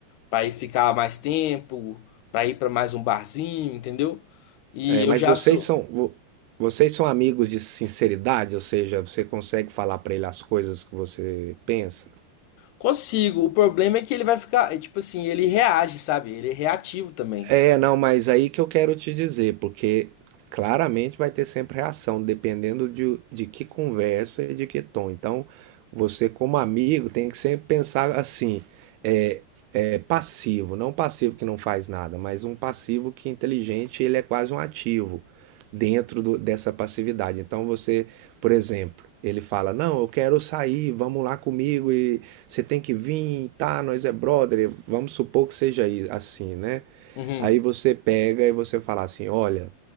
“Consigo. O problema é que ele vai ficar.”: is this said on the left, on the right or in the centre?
Left